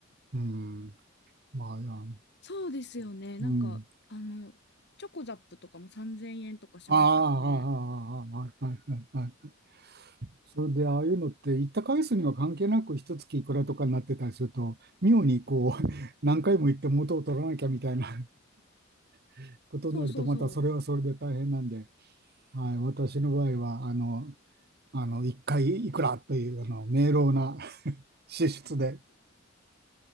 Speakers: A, on the right (about 50°); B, on the left (about 60°).
A: うん。まあ、あの
B: そうですよね。なんか、
A: うん。
B: あの、チョコザップとかも3000円とかしますもんね。
A: ああ、ああ、ああ、ああはいはいはいそれでああいうのって行った回数には関係なく一月いくらとかになってたりすると妙にこう <laughs> 何回も行って元を取らなきゃみたいな <laughs> ことになるとまたそれはそれで大変なんで、
B: そうそうそう。
A: はい、私の場合はあのあの1回いいくらというあの明朗な <laughs> 支出で